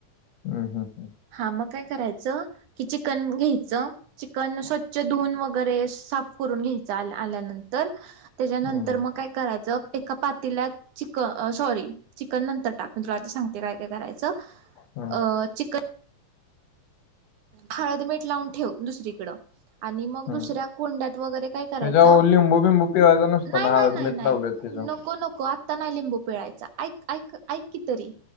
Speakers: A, on the left; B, on the right.
A: हम् हम हमं
B: हा मग काय करायचं कि चिकन घ्यायचं चिकन स्वच्छ धुऊन वगैरे साफ करून घ्यायचं आल्यानंतर त्याच्यानंतर
A: हम्म बर
B: मग काय करायचं एका पातेल्यात चिकन सॉरी चिकन नंतर टाक मी तुला ते सांगते काय काय करायचं
A: हम्म
B: अं-चिकन हळदमीठ लावून ठेव दुसरीकडं आणि मग
A: हम्म
B: दुसऱ्या कोंड्यात वगैरे काय करायचं
A: त्याच्यावर लिंबू बिंबू पिवायचा नसतो
B: नाही
A: ना
B: नाही
A: हळद
B: नाही
A: मीठ
B: नाही
A: लावलेत त्याच्यावर
B: नको नको आत्ता नाही लिंबू पिळायचा ऐक ऐक ऐक तरी